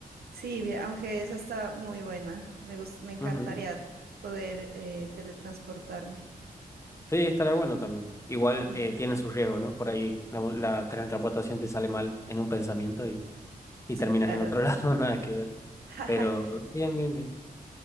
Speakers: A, on the right; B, on the left.
A: Sí, bien, aunque esa está muy buena. Me gus- me encantaría
B: Ujú.
A: poder eh, teletransportarme.
B: Sí, estará bueno también. Igual
A: Mm.
B: eh, tiene su riesgo, ¿no? Por ahí la, la transportación te sale mal en un pensamiento y, y
A: Sí,
B: terminas
A: claro.
B: en otro <laughs> lado, nada que ver.
A: <laughs>
B: Pero bien, bien, bien.